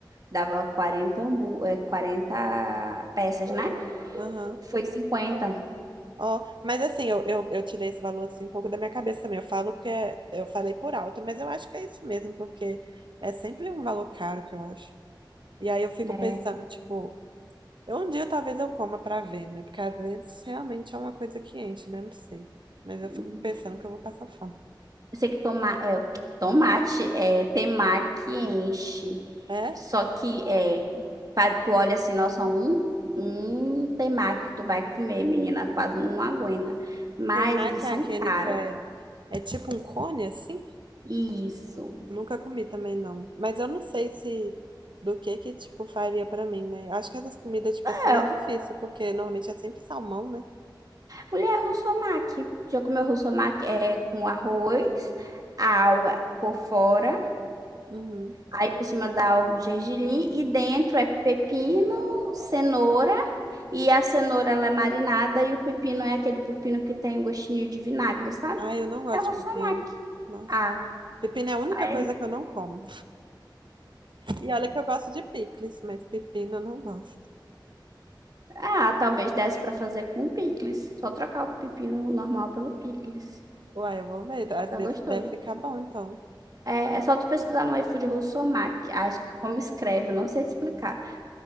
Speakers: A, on the right; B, on the right.
A: dava quarenta hambu- é, 40 peças, né?
B: Aham.
A: Foi cinquenta,
B: Ó, mas assim, eu, eu, eu tirei esse valor assim um pouco da minha cabeça também. Eu falo que é, eu falei por alto, mas eu acho que é isso mesmo, porque é sempre um valor caro que eu acho. E aí eu fico
A: né?
B: pensando, tipo. Um dia talvez eu coma pra ver, né? Porque às vezes realmente é uma coisa que enche, né? Não sei. Mas eu fico
A: Hum,
B: pensando que eu vou passar fome.
A: Eu sei que toma, é, tomate é temaki enche,
B: É?
A: só que é, pa- tu olha assim, nossa, um, um temaki tu vai comer, menina, quase não aguenta, mas
B: Temaki
A: eles são
B: é aquele
A: caros.
B: que é, é tipo um cone, assim?
A: Isso.
B: Nunca comi também, não. Mas eu não sei se do que que, tipo, faria pra mim, né? Eu Acho que essas comidas, tipo assim,
A: É,
B: é difícil, porque normalmente é sempre salmão, né?
A: Mulher russomaki. Já comeu russomaki é com arroz, alga por fora,
B: Uhum.
A: aí por cima dá algo gergelim e dentro é pepino, cenoura e a cenoura ela é marinada e o pepino é aquele pepino que tem gostinho de vinagre, sabe?
B: Ah, eu não gosto
A: É russomaki.
B: de pepino. Nossa.
A: Ah,
B: Pepino é a única
A: aí,
B: coisa que eu não como. E olha que eu gosto de picles, mas pepino eu não gosto.
A: ah, talvez desse para fazer com picles. Só trocar o pepino normal pelo picles.
B: Uai, eu vou ver.
A: Fica
B: Às vezes
A: gostoso.
B: deve ficar bom, então.
A: É, é só tu pesquisar no iFood russomaki. Acho que como escreve, eu não sei te explicar.